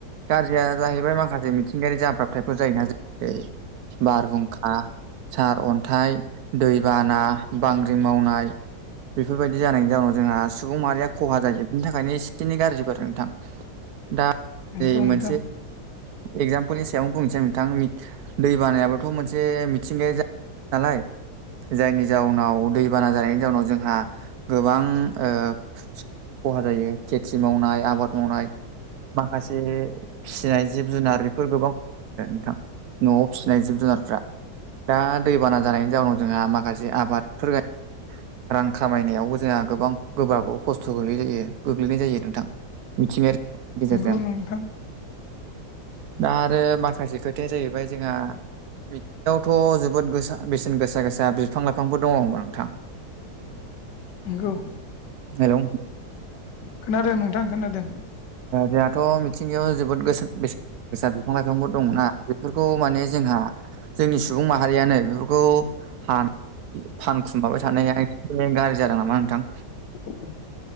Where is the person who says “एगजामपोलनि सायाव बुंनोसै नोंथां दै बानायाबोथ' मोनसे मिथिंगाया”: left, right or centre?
Right